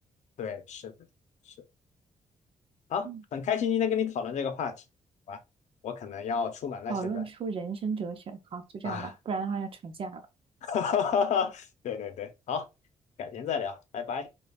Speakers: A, on the left; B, on the right.
A: 对，是的，是。好，
B: 嗯，
A: 很开心今天跟你讨论这个话题。好吧，我可能要出门了，
B: 讨论出人生哲学，
A: 现在
B: 好，就这样吧，
A: 啊，
B: 不然的话要吵架了。
A: <laughs> 对对对，好，改天再聊，拜拜。